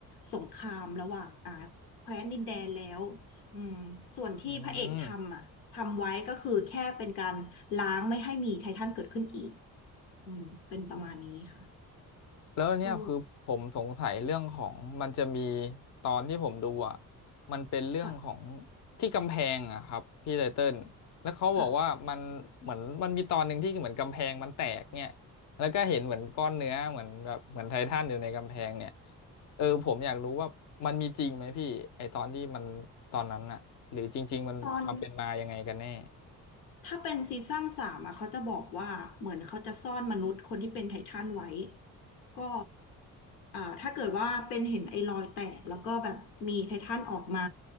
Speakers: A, on the left (about 75°); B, on the left (about 35°).
A: สงครามระหว่างอ่าแคว้นดินแดนแล้วอืมส่วนที่พระเอกทำอ่ะทำไว้ก็คือแค่เป็นการล้างไม่ให้มีไททันเกิดขึ้นอีก
B: อืม
A: อืมเป็นประมาณนี้ค่ะ
B: แล้วเนี่ยคือผมสงสัยเรื่องของมันจะมี
A: ก็
B: ตอนที่ผมดูอ่ะมันเป็นเรื่องของ
A: ค่ะ
B: ที่กำแพงอะครับพี่ไตเติ้ลแล้วเขาบอกว่ามันเหมือนมันมีตอนหนึ่งที่เหมือนกำแพงมันแตกเนี่ย
A: ค่ะ
B: แล้วก็เห็นเหมือนก้อนเนื้อเหมือนแบบเหมือนไททันอยู่ในกำแพงเนี่ยเออผมอยากรู้ว่ามันมีจริงไหมพี่ไอตอนที่มันตอนนั้นอะหรือจริงๆมันความเป็นมายังไงกันแน่
A: ตอน ถ้าเป็นซีซั่นสามอะเขาจะบอกว่าเหมือนเขาจะซ่อนมนุษย์คนที่เป็นไททันไว้ก็อ่าถ้าเกิดว่าเป็นเห็นไอ้รอยแตกแล้วก็แบบมีไททันออกมา